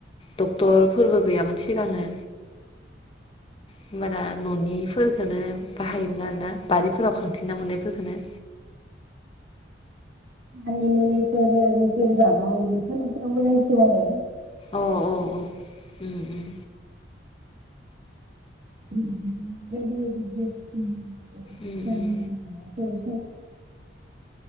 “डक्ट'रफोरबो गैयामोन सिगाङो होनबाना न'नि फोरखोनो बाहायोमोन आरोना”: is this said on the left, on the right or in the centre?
Left